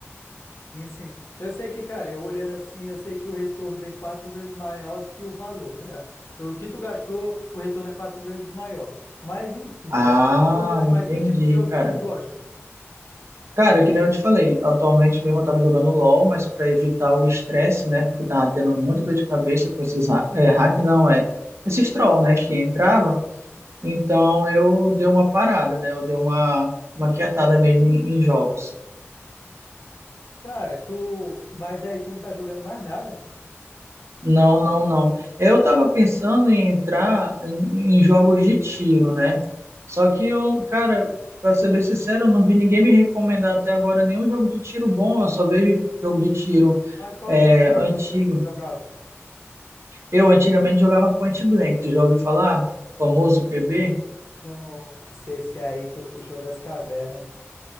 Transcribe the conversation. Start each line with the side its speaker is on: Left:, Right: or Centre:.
Left: E sim, eu sei que, cara, eu olhando assim, eu sei que o retorno vem quatro vezes maior do que o valor, tá ligado? O que tu gastou, o retorno é quatro vezes maior. Mas enfim,
Right: Ah,
Left: né? E tu, go- mas
Right: entendi,
Left: que tipo de jogo
Right: cara.
Left: que tu gosta?
Right: Cara, que nem eu te falei, atualmente mesmo eu tava jogando LoL, mas para evitar o estresse, né, porque tava tendo muita dor de cabeça com esses ha- é, hack, não, é, esses troll, né, que entrava,
Left: Uhum.
Right: então eu dei uma parada, né, eu dei uma, uma quietada mesmo em, em jogos.
Left: Cara, tu. Mas aí tu não tá jogando mais nada?
Right: Não, não, não. Eu tava pensando em entrar em, em jogos de tiro, né, só que eu, cara, pra ser bem sincero, eu não vi ninguém me recomendar até agora nenhum jogo de tiro bom, eu só vejo jogo de tiro
Left: Mas qual
Right: é,
Left: tipo de jogo
Right: antigo,
Left: de tiro tu jogava?
Right: Eu antigamente jogava Point Blank, tu já ouviu falar? Famoso PB?
Left: Nossa, esse aí tu puxou das cavernas, né?